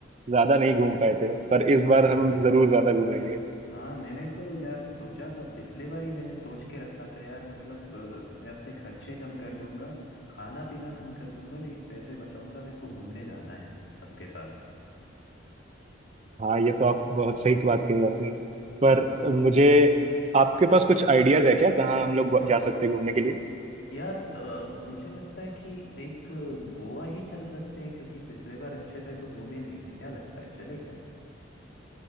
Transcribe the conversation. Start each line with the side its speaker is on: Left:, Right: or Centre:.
Right: ज्यादा नहीं घूम पाए थे पर इस
Left: अरे
Right: बार
Left: यार
Right: हम जरूर ज्यादा घूमेंगे
Left: हाँ मैंने तो यार सोचा था पिछले बार ही मैंने सोच के रखा था यार मतलब अ, मैं अपने खर्चे कम कर दूंगा खाना पीना कम कर दूंगा लेकिन पैसे बचाऊंगा मेरे को घूमने जाना है सबके साथ
Right: हाँ ये तो आप बहुत सही बात कही आपने
Left: हाँ
Right: पर
Left: यार
Right: मुझे आपके पास कुछ आइडियाज है क्या कहाँ हम लोग जा सकते हैं घूमने के लिए
Left: यार अ, मुझे लगता है कि एक गोवा ही चल सकते हैं क्योंकि पिछले बार अच्छे से तो घूमे नहीं थे क्या लगता है चले क्या